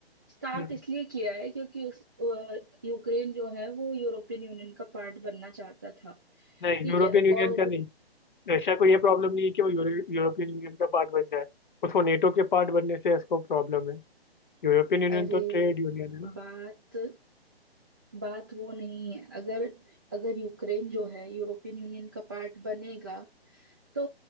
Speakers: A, on the right (about 20°); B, on the left (about 50°).
A: स्टार्ट
B: हम्म,
A: इसलिए किया है क्योंकि उस अ, यूक्रेन जो है वो यूरोपियन यूनियन का पार्ट बनना चाहता था
B: नहीं
A: ठीक
B: यूरोपियन
A: है
B: यूनियन
A: और
B: का नहीं रशिया को ये प्रॉब्लम नहीं है कि वो यूरो, यूरोपियन यूनियन का पार्ट बन जाए उसको नेटो के पार्ट बनने से इसको प्रॉब्लम है यूरोपियन यूनियन
A: अरे
B: तो ट्रेड यूनियन है ना
A: बात बात वो नहीं है अगर अगर यूक्रेन जो है यूरोपियन यूनियन का पार्ट बनेगा तो